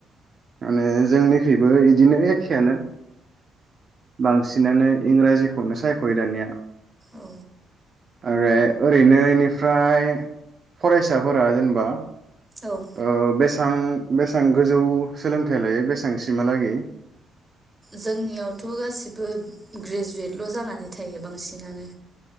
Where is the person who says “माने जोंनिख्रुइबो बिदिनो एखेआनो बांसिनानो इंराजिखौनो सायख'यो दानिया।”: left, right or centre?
Right